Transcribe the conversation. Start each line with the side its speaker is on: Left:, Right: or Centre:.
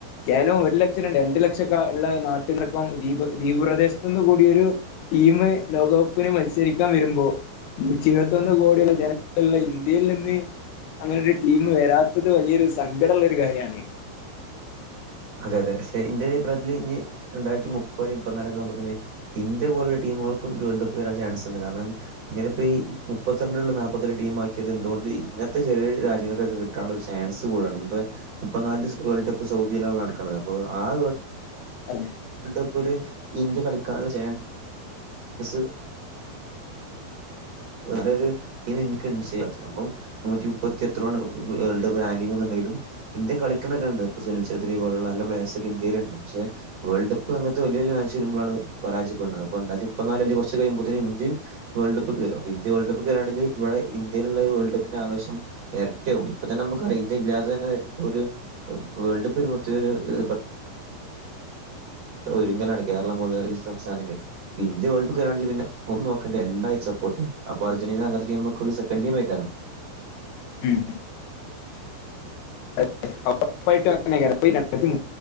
Left: കേവലം ഒരു ലക്ഷം രണ്ട് രണ്ടു ലക്ഷംക്കെ ഉള്ള നാട്ടിനടക്കം ദീപ് ദീപ് പ്രദേശത്ത് നിന്ന് കൂടിയൊരു ടീമ് ലോകകപ്പിന് മത്സരിക്കാൻ വരുമ്പോ നൂറ്റി ഇരുപത്തൊന്ന് കോടിള്ള ജനങ്ങള് ള്ള ഇന്ത്യയിൽ നിന്ന് അങ്ങനൊര് ടീം വരാത്തത് വലിയൊരു സങ്കടള്ള ഒരു കാര്യാണ്.
Right: അതെ അതെ. പക്ഷെ ഇന്റൊരഭിപ്രായത്തില് ഇഞ്ഞ് രണ്ടായിരത്തി മുപ്പത് മുപ്പന്നാലൊക്കെ ആവുമ്പോത്തിന് ഇന്ത്യ പോലുള്ള ടീമുകൾക്കും വേൾഡ് കപ്പ് വരാൻ ചാൻസ് ണ്ട്. കാരണം ഇങ്ങനെ ഇപ്പ ഈ മുപ്പത്തിരണ്ട്ള്ള നാപ്പത്തിരണ്ട് ടീം ആക്കിയത് എന്തുകൊണ്ട് ഇങ്ങത്തെ ചെറിയ രാജ്യങ്ങൾക്കൊക്കെ കി ട്ടാൻള്ളൊര് ചാൻസ് കൂടാണ്. ഇഞ്ഞ്പ്പ മുപ്പത്നാല് ല് വേൾഡ് കപ്പ് സൗദിയിലാണ് നടക്ക്ണത്. അപ്പം ആ വേൾ
Left: അതെ
Right: ഡ് കപ്പ് ല് ഇന്ത്യ കളിക്കാൻള്ള ചേൻ സ് വേറൊരു ടീം <unintelligible> ചെയ്യാത്തത് അപ്പം നൂറ്റി മുപ്പത്തി എത്രോ ആണ് വേൾഡ് റാങ്കിങ് ന്നുണ്ടെങ്കിലും ഇന്ത്യ കളിക്ക്ണൊക്കെണ്ട്. ഇപ്പൊ സുനിൽ ചേത്രി പോലുള്ള നല്ല പ്ലെഴേഴ്സൊക്കെ ഇന്ത്യയില്ണ്ട്. പക്ഷെ വേൾഡ് കപ്പ് അങ്ങത്തെ വല്യ വല്യ മാച്ച് വരുമ്പളാണ് പരാജയപ്പെട്ണത്. അപ്പം രണ്ടായിരത്തിപ്പത്നാല് അല്ലെ കൊർച്ച് കയ്യുമ്പോത്തിന് ഇന്ത്യിം വേൾഡ് കപ്പ്ക്ക് വെരും. അപ്പ ഇന്ത്യ വേൾഡ് കപ്പ്ക്ക് വരാണങ്കി ഇവടെ ഇന്ത്യേലുള്ള വേൾഡ് കപ്പിന്റെ ആവശം എരട്ട്യാവും. ഇപ്പൊ തന്നെ നമുക്കറിയാ ഇന്ത്യ ഇല്ലാതെ തന്നെ ഇതൊര് വേൾഡ് കപ്പ് വരുമ്പോത്തിന് <unintelligible> ഒരുങ്ങലാണ് കേരളം പോല്ള്ള ഈ സംസ്ഥാനൊക്കെ. ഇന്ത്യ വേൾഡ് കപ്പ്ക്ക് വരാണെങ്കിൽ പിന്നെ ഒന്നുംനോ ക്കണ്ടി എല്ലാരും സപ്പോട്ടെയ്യും. അപ്പം അർജന്റീന അങ്ങൻത്തെ ടീമൊക്കെ ഒര് സെക്കൻ്റ് ടീമേക്കാരം.
Left: ഉം <unintelligible> ഒറപ്പായിട്ടും അങ്ങനെന്നേക്കാരം